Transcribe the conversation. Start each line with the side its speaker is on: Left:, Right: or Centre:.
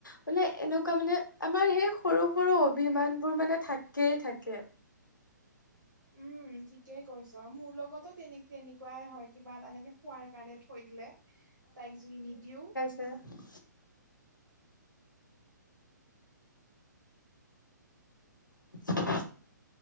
Left: মানে এনেকুৱা মানে আমাৰ সেই সৰু সৰু অভিমান বোৰ মানে থাকেই থাকে।
Right: উম ঠিকেই কৈছ, মোৰ লগতো তেনেকে এনেকুৱাই হয় কিবা এটা এনেকে খোৱাৰ কাৰণে থৈ দিলে। তাইক যদি নিদিও।
Left: প <unintelligible> <unintelligible>